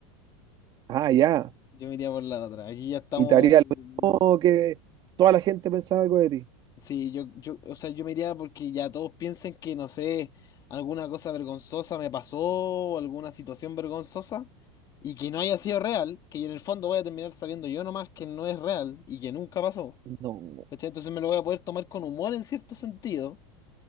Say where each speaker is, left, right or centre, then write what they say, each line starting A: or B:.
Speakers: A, on the right; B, on the left.
A: Ah, ya.
B: Yo me iría por la otra. Aquí ya estamos.
A: Y te haría
B: mm,
A: lo mismo que toda la gente pensara algo de ti.
B: Sí, yo, yo, o sea, yo me iría porque ya todos piensen que, no sé, alguna cosa vergonzosa me pasó o alguna situación vergonzosa y que no haya sido real, que en el fondo voy a terminar sabiendo yo nomás que no es real y que nunca pasó.
A: No,
B: ¿Cachai? Entonces me lo voy a poder tomar con humor en cierto sentido.